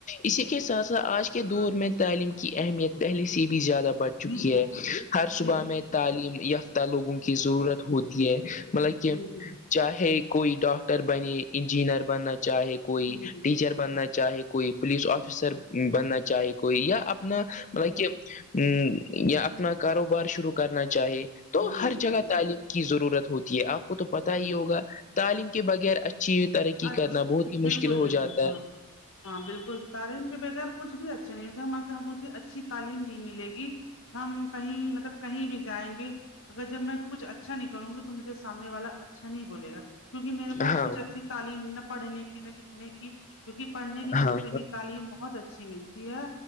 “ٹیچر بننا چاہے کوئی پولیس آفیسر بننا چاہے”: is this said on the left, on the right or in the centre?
Left